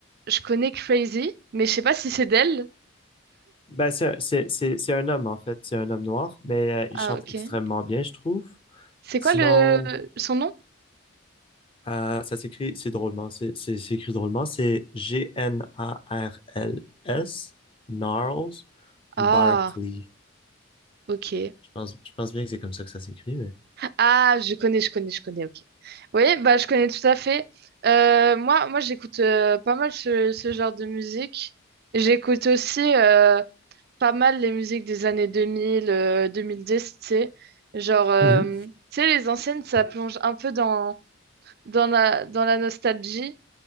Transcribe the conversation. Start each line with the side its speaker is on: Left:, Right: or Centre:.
Right: je connais Crazy, mais je sais pas si c'est d'elle.
Left: Ben, c'est, c'est, c'est, c'est un homme en fait, c'est un homme noir, mais euh, il
Right: Ah,
Left: chante
Right: ok.
Left: extrêmement bien, je trouve.
Right: C'est
Left: Sinon.
Right: quoi le son nom?
Left: Euh, ça s'écrit, c'est drôlement, c'est c'est- c'est écrit drôlement, c'est G-N-A-R-L-S, Gnarls
Right: Ah,
Left: Barkley.
Right: ok.
Left: Je pense, je pense bien que c'est comme ça que ça s'écrit, mais.
Right: Ah, je connais, je connais, je connais, ok. Oui, bah je connais tout à fait. Euh, moi, moi j'écoute euh, pas mal ce, ce genre de musique. J'écoute aussi euh, pas mal les musiques des années 2000, euh, deux mille dix tu sais. Genre, euh,
Left: Mhm.
Right: tu sais, les anciennes, ça plonge un peu dans, dans la, dans la nostalgie.